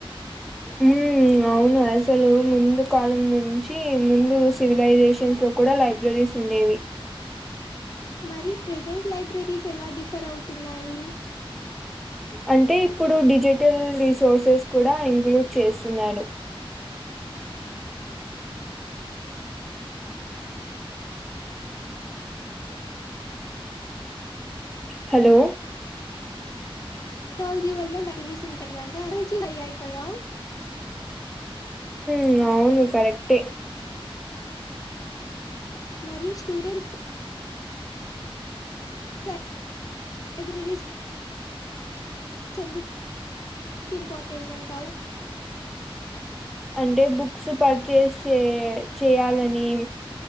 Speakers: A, in the centre; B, on the left.
A: ఉమ్ అవును అసలు ముందు కాలం నుంచి ముందు సివిలైజేషన్స్ కూడా లైబ్రెరీస్ ఉండేవి
B: మరి ప్రెజెంట్ లైబ్రెరీస్ ఎలా డిఫర్ అవుతున్నాయి?
A: అంటే ఇప్పుడు డిజిటల్ రిసోర్సెస్ కూడా ఇంక్లూడ్ చేస్సున్నారు. హలో
B: <unintelligible> లైబ్రెరీస్ ఇంకా అడ్వాన్స్ అవుతాయా <unintelligible>
A: ఉమ్ అవును కరెక్టే.
B: మరి స్టూడెంట్స్కి స లైబ్రెరీస్ ఎందుక్ ఇంపార్టెంట్ అంటావ్
A: అంటే బుక్స్ పర్చేస్ చే చెయ్యాలని